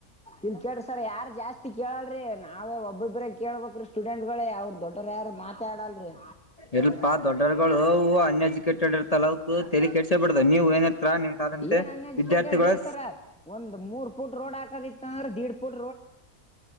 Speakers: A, in the centre; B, on the left.
A: ಇಲ್ ಕೇಳ್ರಿ ಸರ ಯಾರು ಜಾಸ್ತಿ ಕೇಳಲ್ರೀ. ನಾವೇ ಒಬ್ಬೊಬ್ಬರೇ ಕೇಳ್ಬೇಕ್ರೀ ಸ್ಟೂಡೆಂಟ್ ಗಳೇ ಅವ್ರರು ದೊಡ್ಡವರು ಯಾರು ಮಾತಾಡಲ್ರರಿ.
B: ಇಲ್ಪಾ ದೊಡ್ಡವರುಗಳು ಅವು ಅನ್ ಎಜುಕೇ ಕೆಟ್ಟಿಡೇ ತಲಾವುಕೂ ತಲಿ ಕೆಡಿಸ್ಕೋಬಾರ್ದು ನೀವು ಏನ್ ಇರ್ತಾ ನೀಟಾದಂತೆ
A: ಏನ್ ಅನ್ಎಜುಕೇಟೆಡ್
B: ವಿದ್ಯಾರ್ಥಿಗಳೇ
A: ರೀ ಸರ ಮೂರ್ ಫುಟ್ ರೋಡ್ ಹಾಕದಿಕ್ಕರ್ ದೀಡುಪುಡು.